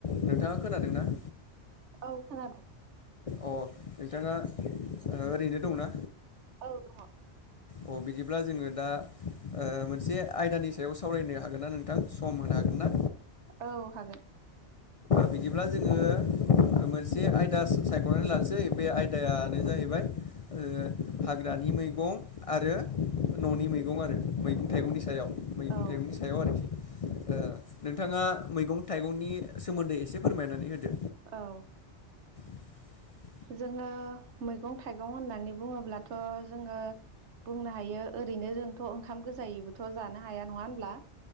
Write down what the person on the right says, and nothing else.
औ खोनादों।
औ दङ।
औ हागोन।
औ
औ।
जोङो मैगं थाइगं होननानै बुङो ब्लाथ' जोङो बुंनो हायो ओरैनो जोंथ' ओंखाम गोजायै बोथ' जानो हाया नङा होनब्ला?